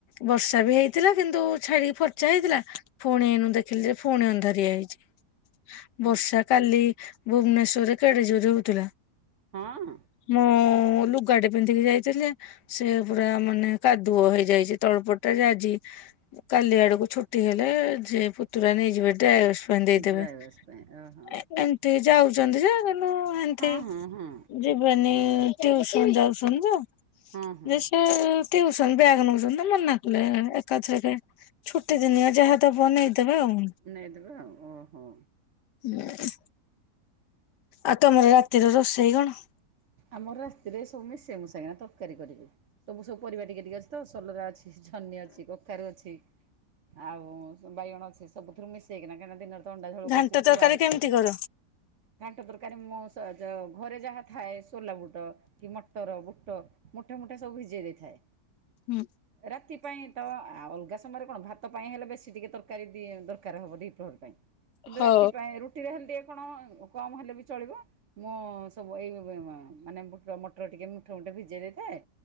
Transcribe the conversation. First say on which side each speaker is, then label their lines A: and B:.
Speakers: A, on the left; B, on the right.
A: ବର୍ଷା ବି ହେଇଥିଲା କିନ୍ତୁ ଛାଡିକି ଫର୍ଚା ହେଇଥିଲା। ପୁଣିନୁ ଦେଖିଲି ଯେ ପୁଣି ଅନ୍ଧାରଆ ହେଇଛି।
B: ହଁ।
A: ବର୍ଷା କାଲି ଭୁବନେଶ୍ଵରରେ କେଡେ ଜୋର ହଉଥିଲା।
B: ହଅଁ।
A: ମୁଁ ଲୁଗାଡେ ପିନ୍ଧିକି ଯାଇଥିଲି ଯେ, ସେ ପୁରା ମାନେ କାଦୁଅ ହେଇଯାଇଛି ତଳପଟଟା ଆଜି କାଲି ଆଡକୁ ଛୁ ଛୁଟି ହେଲେ ଯେ ପୁତୁରା ନେଇଯିବ ଯେ ଡ୍ରାଏୱାସ ପାଇଁ ଦେଇଦେବେ।
B: ଡ୍ରାଇଭର୍ସ ପାଇଁ ଓହୋ
A: <unintelligible> କେ ଯାଉଛନ୍ତି କିନ୍ତୁ ହେନ୍ତି
B: ହଁ ହଁ ହଁ
A: ଯିବେନି ଟିଉସନ ଯାଉଛନ୍ତି ତ।
B: ହଁ ହଁ।
A: ଯେ, ସେ ଟିଉସନ ବ୍ୟାଗ ନଉଛନ୍ତି ମନାକଲେ ଏକାଥରକେ ଛୁଟି ଦିନିଆ ଯାହା ତ ବନେଇଦବେ ଆଉ।
B: ନାଇଦବେ ଆଉ ଓହୋ।
A: ହୁଁ। ଆଉ ତମର ରାତିର ରୋଷେଇ କଣ?
B: ଆମର ରାତିରେ ସବୁ ମିଶେଇ, ମିଶାକିନା ତରକାରୀ କରିବି। ସବୁ ସବୁ ପରିବା ଟିକେ ଟିକେ ଅଛି ତ, ସୋଲରା ଅଛି, ଛନି ଅଛି କଖାରୁ ଅଛି। ଆଉ ବାଇଗଣ ଅଛି ସବୁଥିରୁ ମିଶେଇକିନା କାହିଁକି ଦିନରେ ତ ଅଣ୍ଡା ଝୋଳୁ
A: ଘାଣ୍ଟ
B: କରୁଛି
A: ତରକାରୀ
B: ଥୁଆ ହେଇଛି।
A: କେମିତି କର?
B: ଘାଣ୍ଟ ତରକାରୀ ମଁ ଘରେ ଯାହା ଥାଏ ସୋଲା ବୁଟ କି ମଟର ବୁଟ ମୁଠା, ମୁଠା ସବୁ ଭିଜେଇ ଦେଇଥାଏ।
A: ହୁଁ।
B: ରାତି ପାଇଁ ତ ଅଲଗା ସମୟରେ କଣ ଭାତ ପାଇଁ ହେଲେ ବେଶୀ ଟିକେ ତରକାରୀ ଦି ଦରକାର ହବ ଦ ପ୍ରହରୀ ପାଇଁ। କିନ୍ତୁ
A: ହଁ।
B: ରାତି ପାଇଁ ରୁଟିରେ ହେଲେ ଟିକେ କଣ କମ ହେଲେ ବି ଚଳିବ, ମୁଁ ସବୁ ଏଇ ମାନେ ମଟର ଟିକେ ମୁଠା, ମୁଠେ ଭିଜେଇ ଦେଇଥାଏ।